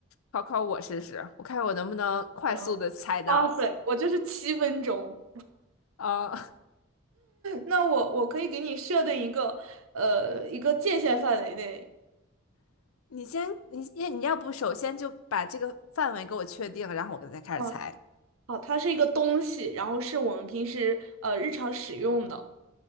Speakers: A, on the left (about 85°); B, on the right (about 80°).
A: 考考我试试？我看我能不能快速的猜到。
B: 行，哇塞，我就是七分钟。
A: 呃，
B: 那我我可以给你设定一个呃一个界限范围内。
A: <laughs> 你先，你你你要不首先就把这个范围给我确定，然后我再开始猜。
B: 嗯，好，它是一个东西，然后是我们平时呃日常使用的。